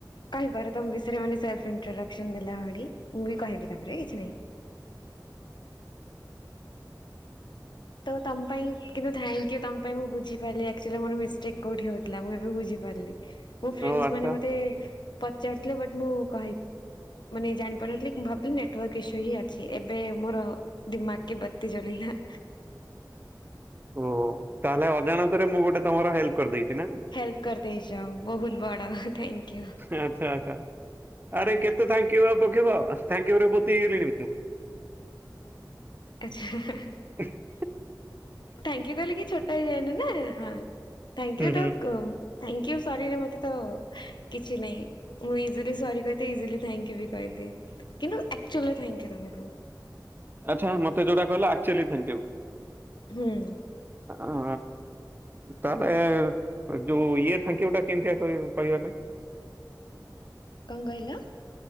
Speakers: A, on the left (about 75°); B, on the right (about 25°).
A: କହିପାର ତମ ବିଷୟରେ ସେଲ୍ଫ ଇଣ୍ଟ୍ରଡକ୍ସନ ଦେଲା ଭଳି ମୁଁ ବି କହିବି ତାପରେ କିଛି ନାହିଁ। ତ ତମ୍ ପାଇଁ କିନ୍ତୁ ଥାଙ୍କ ୟୁ ତମ ପାଇଁ ମୁଁ ବୁଝିପାରିଲି ଆକଚୁଆଲି ମୋର ମିଷ୍ଟେକ୍ କୋଉଠି ହଉଥିଲା ମୁଁ ଏବେ ବୁଝିପାରିଲି। ମୋ ଫ୍ରେଣ୍ଡସ୍
B: ଓ ଆଚ୍ଛା
A: ମାନେ ମତେ ପଚାରୁିଥିଲେ ବଟ୍ ମୁଁ କହି ମାନେ ଜାଣିପାରୁନଥିଲି କି ମୁଁ ଭାବଥିଲି ନେଟ୍ ଇସୁ ହିଁ ଅଛି ଏବେ ମୋର ଦିମାଗ୍ କି ବତି ଜଳିଲା।
B: ଓ ତାହେଲେ ଅଜାଣତରେ ମୁଁ ଗୋଟେ ତମର ହେଲ୍ପ କରିଦେଇଛି ନା କଣ?
A: ହେଲ୍ପ କରିଦେଇଛ ବହୁତ ବଡ଼ ଥାଙ୍କୟୁ।
B: ଆଚ୍ଛା ଆଚ୍ଛା। ଆରେ କେତେ ଥାଙ୍କ ୟୁ ପକେଇବ ଥାଙ୍କ ୟୁ ରେ ପୋତିହେଇଗଲିଣି।
A: ଆଚ୍ଛା।
B: ହ <unintelligible>
A: ଥାଙ୍କ୍ୟୁ କହିଲେ କିଏ ଛୋଟ ହେଇଯାଏନି ନା ହଁ ଥାଙ୍କ
B: ହୁଁ
A: ୟୁ
B: ହୁଁ
A: ତ କ ଥ୍ୟାଙ୍କ ୟୁ ସରିରେ ମୋତେ ତ କିଛି ନାହିଁ। ମୁଁ ଇଜିଲି ସରି କହି ଦିଏ ଇଜିଲି ଥାଙ୍କ ୟୁ ବି କହିଦିଏ କିନ୍ତୁ ଆକଚୁଆଲି ଥାଙ୍କ ୟୁ ତମକୁ।
B: ଆଚ୍ଛା ମତେ ଯୋଟା କହିଲ ଆକଚୁଆଲି ଥ୍ୟାଙ୍କ ୟୁ।
A: ହୁଁ।
B: ଅ ତାହଲେ ଯୋଉ ଇଏ ସାଙ୍କଉଟା କେମିତି ପାଇବା ପାଇଁ <unintelligible>
A: କଣ କହିଲ?